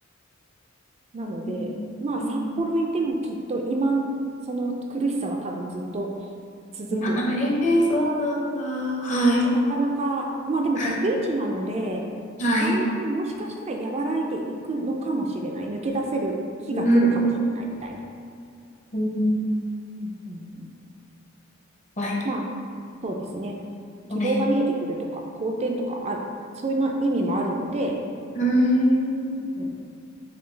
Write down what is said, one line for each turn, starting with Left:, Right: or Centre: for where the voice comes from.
Right: なので、
Left: うん、
Right: まあ、札幌いてもきっと今、
Left: うん。
Right: その苦しさは多分ずっと続く。
Left: うんあ、へえ、そうなんだ。はい、
Right: なかなか、まあでも逆位置なので、
Left: はい、はい。
Right: だんだんもしかしたら和らいでいくのかもしれない。抜け出せる日が来るかもしれないみたいな。
Left: うん、うん。
Right: うんうんうん、
Left: はい、
Right: まあ、そうですね。希望が見えてくるとか、
Left: はい。
Right: 好転とかある。そういうな意味もあるので、
Left: うん。
Right: うん